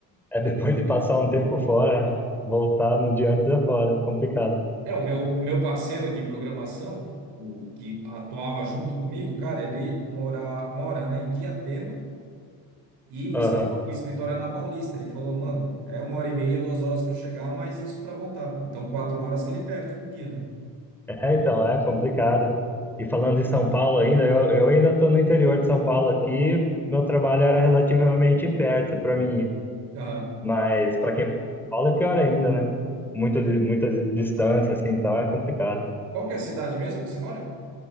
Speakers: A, in the centre; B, on the right.
A: É
B: Cara,
A: depois de passar um tempo fora, voltar no dia antes é fora, complicado.
B: É, o meu, o meu parceiro de programação, o que atuava junto comigo, cara, ele mora, mora, né, em Diadema e o
A: Aham,
B: escritório, o escritório é na Paulista. Ele falou, mano, é uma hora e meia, duas horas para chegar, mas isso para voltar. Então, quatro horas que ele perde do dia, né?
A: É, então, é complicado. E falando de São Paulo ainda, eu, eu ainda estou no interior de São Paulo aqui, meu trabalho era relativamente perto para mim, ir.
B: Aham.
A: mas para quem mora em São Paulo é pior ainda, né? Muito, di- muita di- distância, assim, então é complicado.
B: Qual que é a cidade mesmo que você mora?